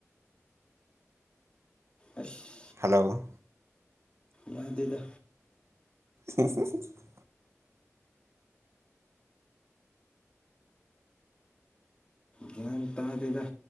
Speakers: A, on the left; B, on the right.
A: ꯑꯁ
B: ꯍꯜꯂꯣ
A: ꯌꯥꯗꯦꯗ
B: ꯏꯍꯤ ꯍꯤ <unintelligible>
A: ꯒ꯭ꯌꯥꯟ ꯇꯥꯗꯦꯗꯥ